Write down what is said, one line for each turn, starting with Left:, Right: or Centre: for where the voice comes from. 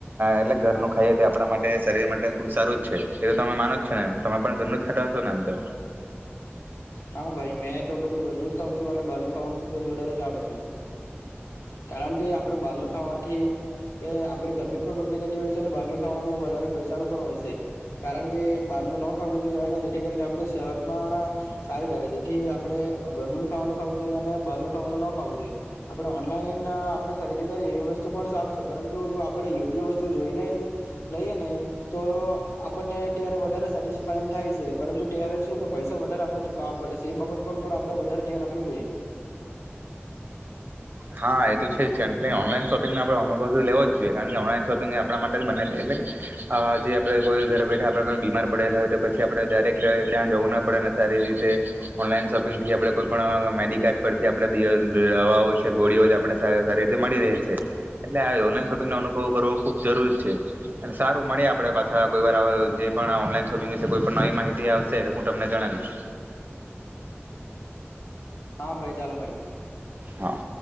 Right: એટલે ઘરનું ખાઈએ તે આપણા માટે શરીર માટે ખુબ સારું જ છે, એ તો તમે માનો જ છો ને, તમે પણ ઘરનું જ ખાતા હશો ને આમ તો.
Left: હા ભાઈ મેં તો બધું ઘરનું જ ખાવશું અને બારનું ખાવાનું ખુબ જ વધારે ટાળું છું, કારણ કે આપડે બહારનું ખાવાથી આપડી તબિયત પણ બગડી જતી હોય છે અને બહારનું ખાવાનું વધારે પૈસાનું પણ હોય છે, કારણ કે બહારનું ન ખાવું જોઈએ અને જેથી કરીને આપડી સેહત પણ સારી રહે જેથી આપણેે ઘરનું જ ખાવાનું ખાવું જોઈએ અને બહારનું ખાવાનું ન ખાવું જોઈએ. આપણે ઓનલાઈન આપડે ખરીદી કરીએ એ વસ્તુ પણ સારું છે, પરંતુ જો આપણેે યોગ્ય વસ્તુ જોઈને જ લઈએ ને તો, આપણને ત્યારે વધારે સેટિસ્ફાઈંન થાય છે, પરંતુ ત્યારે શું કે પૈસા વધારે <unintelligible> ચુકાવવા પડે છે, એ બાબત પર પણ આપડે વધારે ધ્યાન આપવું જોઈએ.
Right: હા એ તો છે જ એટલે ઓનલાઈન શોપિંગનો આપણે અનુભવ તો લેવો જ જોઈએ, કારણ કે ઓનલાઈન શોપિંગ આપણા માટે જ એટલે કે જે આપણે કોઈ ઘરે બેઠા, આપડે કોઈ બીમાર પડેલા હોય તો પછી આપણે ડાયરેક્ટ ત્યાં જવું ન પડે સારી રીતે ઓનલાઈન શોપિંગ થી આપણે કોઈ પણ મેડિકેટ પરથી આપણે દવાઓ છે ગોળીઓ જ આપણે સારી રીતે મળી રહી છે એટલે આ ઓનલાઈન શોપિંગ નો અનુભવ કરવો ખુબ જરૂરી છે અને સારું મળયે આપડે પાછા કોઈ વાર પણ ઓનલાઈન શોપિંગ વિશે કોઈ પણ નવી માહિતી આવશે તો હું તમને જણાવીશ.
Left: હા ભાઈ ચાલો મળ્યે.
Right: હા